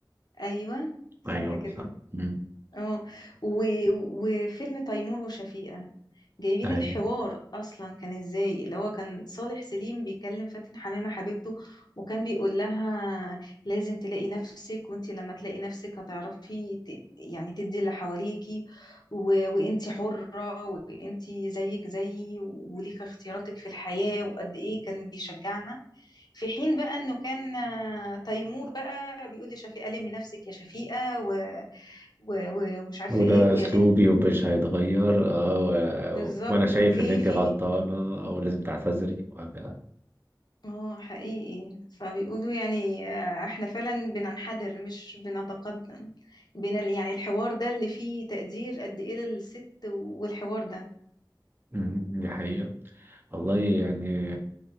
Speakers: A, on the left (about 60°); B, on the right (about 30°).
A: أيوة
B: ايوه
A: صح كده
B: صح مم.
A: اه و... وفيلم تيمور وشفيقة جايبين
B: ايوه
A: الحوار اصلا كان ازاي اللي هو كان صالح سليم بيكلم فاتن حمامة حبيبته وكان بيقول لها لازم تلاقي نفسك وانت لما تلاقي نفسك هتعرفي ت... يعني تدي اللي حواليكي و... وانت حرة وانت زيك زيي وليك اختياراتك في الحياة وقد ايه كان بيشجعها في حين بقى انه كان آه، تيمور بقى بيقول لشفيقة لمي نفسك يا شفيقة و- و- ومش عارفة
B: وده
A: ايه ويا
B: اسلوبي
A: بنت
B: ومش هيتغير اه
A: بالظبط
B: و- وانا شايف
A: وكيفي
B: ان انت غلطانه او لازم تعتذري وهكذا.
A: اه حقيقي فبيقولوا يعني آه، احنا فعلا بننحدر مش بنتقدم بين ال- يعني الحوار ده اللي فيه تقدير قد ايه للست والحوار ده
B: أمم، دي حقيقه والله يعني